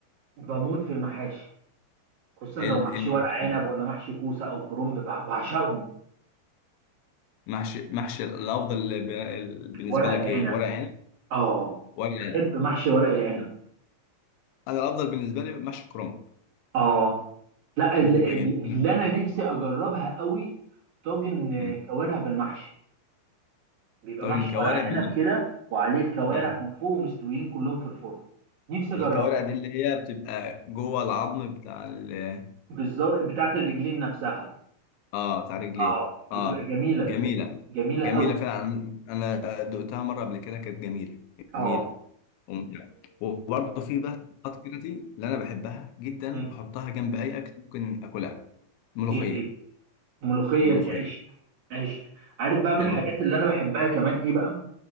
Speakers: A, on the right (about 50°); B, on the left (about 85°).
A: بموت في المحاشي خصوصا
B: إيه
A: لو
B: ال-
A: محشي
B: إيه المحشي
A: ورق عنب ولا محشي كوسه او كرنب بع- بعشقهم
B: محشي محشي الافضل ب- ال- بالنسبه
A: ورق
B: لك
A: العنب
B: ايه ورق عنب
A: اه
B: ورق
A: بحب
B: عنب
A: محشي ورق العنب
B: انا الافضل بالنسبه لي محشي كرنب
A: اه لا ال-
B: بتبقى
A: ال-
B: جميله
A: اللي انا نفسي اجربها قوي طاجن
B: أمم.
A: آه، كوارع بالمحشي بيبقى
B: طب
A: محشي
B: الكوارع
A: ورق عنب
B: بال...
A: كده وعليه الكوارع
B: آه.
A: من فوق ومستويين كلهم في الفرن نفسي اجربها
B: الكوارع دي اللي هي بتبقى جوه العظم بتاع ال...
A: بالظبط بتاعت الرجلين نفسها
B: اه بتاع رجليه
A: اه
B: اه
A: بتبقى جميله
B: جميله
A: جميله
B: جميله
A: قوي
B: فعلا انا دقتها مره قبل كده كانت جميله
A: اه
B: جميله وممتعه وبرضه في بقى خطوات كده دي اللي انا بحبها جدا
A: آه،
B: واحطها جنب اي اكل ممكن اكلها الملوخيه
A: ايه ايه الملوخيه
B: الملوخيه
A: دي عيش عيش عارف بقى من
B: الم...
A: الحاجات اللي انا بحبها كمان ايه بقى